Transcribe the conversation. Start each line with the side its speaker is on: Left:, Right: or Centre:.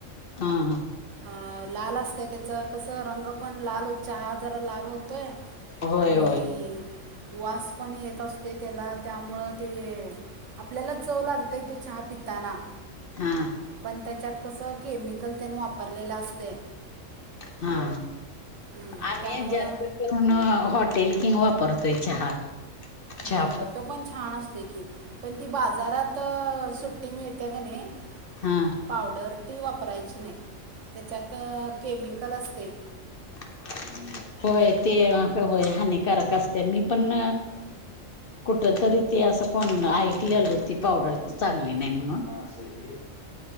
Left: हा-हा.
Right: अ लाल असतया त्याच कस रंग पण लाल होत चहा जरा लाल होतोय.
Left: होय
Right: आणि
Left: होय
Right: वास पण येत असतोय त्याला त्यामुळं ते आपल्याला चव लागतंय ते चहा पिताना
Left: हा
Right: पण त्याच्यात कसं केमिकल त्याने वापरलेलं असतयं.
Left: हा
Right: हम्म,
Left: आम्ही
Right: त्यामुळं
Left: जास्त करून अ हॉटेल किंग वापरतोय चहा.
Right: हम्म
Left: चहा
Right: तो पण छान असतोय की पण ती बाजारात सुट की मिळत्या कनी
Left: हां.
Right: पावडर ती वापरायची नाही त्याच्यात केमिकल असतयं.
Left: <inaudible> होय ते होय हानिकारक असतयं मी पण कुठ तरी ते असं कोण ऐकलेलं ती पावडर चांगली नाही म्हणून. असं हे